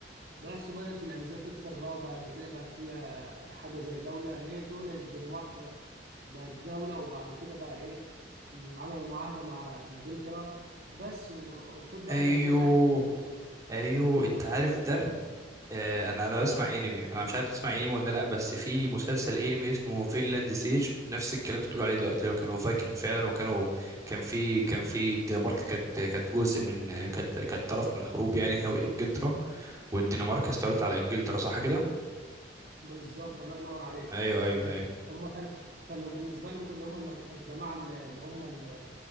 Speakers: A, on the right (about 55°); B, on the right (about 20°).
A: بس وبدأت الأجهزة تكتر بقى وبعد كده بقت هي حاجة زي دولة اللي هي دولة الدنمارك بقى بقت دولة وبعد كده بقى إيه م، عملوا معاهدة مع إنجلترا بس و- وخد بقى
B: ايوه
A: الأجزاء رايحة جوه كده
B: ايوه انت عارف ده آه، انا انا بسمع انمي انا مش عارف تسمع انمي ولا لا بس في مسلسل انمي اسمه فينلاند سيج نفس الكلام اللي بتقول عليه دلوقتي لو كانوا فايكنج فعلا وكانوا كان في كان في الدنمارك كانت كانت جزء من كانت كانت طرف من الحروب يعني هي وانجلترا والدنمارك استولت على انجلترا صح كده
A: بالظبط الله ينور عليك
B: ايوه ايوه
A: كان
B: ايوه
A: هم كانوا كانوا بالنسبة لهم اللي هم المج... الجماعة اللي هم ال-